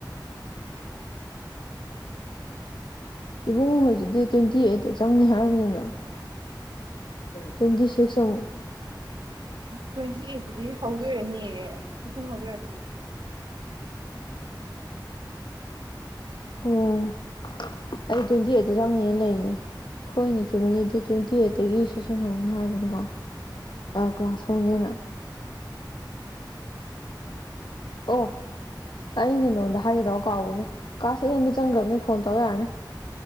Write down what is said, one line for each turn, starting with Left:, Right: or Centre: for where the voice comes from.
Left: ꯏꯕꯨꯡꯉꯣꯍꯣꯏꯖꯤ ꯗꯦꯠ ꯇ꯭ꯋꯦꯟꯇꯤ ꯑꯩꯠꯇ ꯆꯪꯅꯤ ꯍꯥꯏꯕꯅꯤꯅ ꯇ꯭ꯋꯦꯟꯇꯤ ꯁꯤꯛꯁ ꯑꯃꯨꯛ
Right: ꯇ꯭ꯋꯦꯟꯇꯤ ꯑꯩꯠꯇꯗꯤ ꯍꯧꯗꯣꯏ ꯑꯣꯏꯔꯝꯅꯤꯌꯦ ꯇꯨꯏꯁꯟ ꯍꯧꯗꯣꯏ ꯑꯣꯏꯔꯝꯅꯤ <inaudible>
Left: ꯑꯣ ꯑꯩ ꯇ꯭ꯋꯦꯟꯇꯤ ꯑꯩꯠꯇ ꯆꯪꯅꯤꯅ ꯂꯩꯅꯤ ꯍꯣꯏꯅꯦ ꯆꯨꯝꯃꯤꯅꯦ ꯗꯦꯠ ꯇ꯭ꯋꯦꯟꯇꯤ ꯑꯩꯠꯇꯒꯤ ꯁꯦꯁꯟꯍꯧꯅꯤ ꯍꯥꯏꯕꯅꯤꯀꯣ ꯀ꯭ꯂꯥꯁ ꯍꯧꯅꯤꯅ ꯑꯣ ꯑꯩꯅꯦ ꯅꯉꯣꯟꯗ ꯍꯥꯏꯒꯗꯕ ꯀꯥꯎꯕ ꯑꯃ ꯀꯥꯁꯦ ꯑꯦꯟꯕ ꯆꯪꯈ꯭ꯔꯕꯅꯤ ꯐꯣꯟ ꯇꯧꯔ ꯌꯥꯔꯅꯤ